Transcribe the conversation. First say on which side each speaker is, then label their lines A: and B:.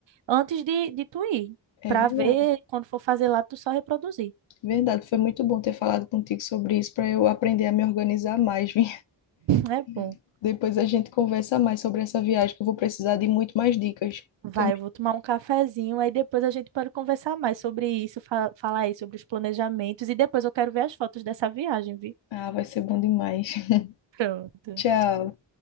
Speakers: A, on the right; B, on the left.
A: antes de, de tu ir,
B: É
A: para
B: verdade,
A: ver quando for fazer lá, tu só reproduzir.
B: verdade. Foi muito bom ter falado contigo sobre isso para eu aprender a me organizar mais, viu?
A: É bom.
B: <laughs> Depois a gente conversa mais sobre essa viagem, que eu vou precisar de muito mais dicas.
A: Vai,
B: Tem-
A: eu vou tomar um cafezinho, aí depois a gente pode conversar mais sobre isso, fa- falar aí sobre os planejamentos, e depois eu quero ver as fotos dessa viagem, viu?
B: Ah, vai ser bom demais. <laughs>
A: Pronto.
B: Tchau.